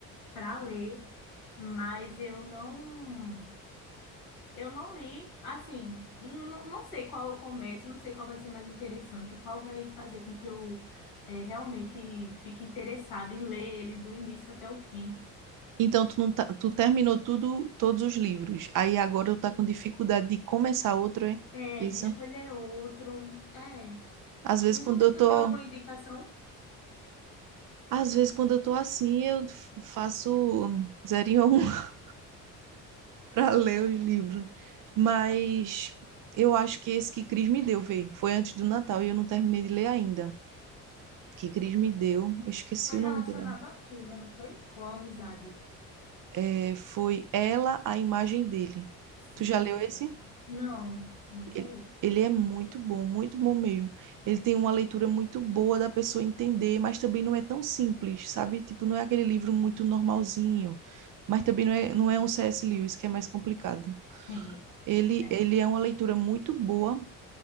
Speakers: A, on the left; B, on the right.
A: para ler, mas eu não eu não li, assim, não, não sei qual eu começo, não sei qual vai ser mais interessante, qual vai fazer com que eu eh, realmente fique interessada em ler ele do início até o fim.
B: Então, tu, não tá- tu terminou tudo, todos os livros. Aí agora eu tá com dificuldade de começar outro, é
A: É,
B: isso?
A: de escolher outro. É.
B: Às vezes
A: Inclusive,
B: quando eu tô,
A: tu tem alguma indicação?
B: às vezes quando eu tô assim, eu f- faço zerinho a um <laughs> para ler os livros. Mas eu acho que esse que Cris me deu, veio, foi antes do Natal e eu não terminei de ler ainda. Que Cris me deu, eu esqueci
A: Foi
B: o
A: relacionado
B: nome dele.
A: à filha, não foi? Ou à amizade?
B: é, foi Ela, a imagem dele.
A: Sim,
B: Tu já leu
A: sim.
B: esse?
A: Não, nunca
B: Ele,
A: li.
B: ele é muito bom, muito bom mesmo. Ele tem uma leitura muito boa da pessoa entender, mas também não é tão simples, sabe? Tipo, não é aquele livro muito normalzinho, mas também não é, não é um C.S. Lewis, que é mais complicado.
A: Sim,
B: Ele,
A: é,
B: ele é uma leitura muito boa,